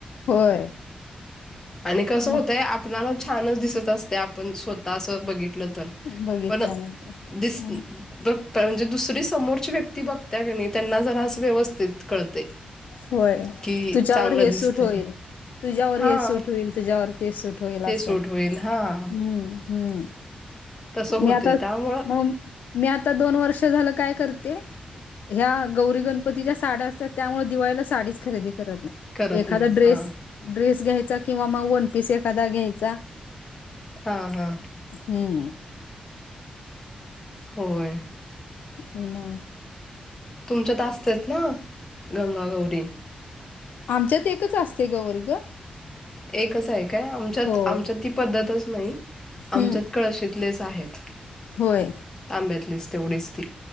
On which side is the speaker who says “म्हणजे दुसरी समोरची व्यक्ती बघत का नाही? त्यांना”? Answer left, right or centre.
Left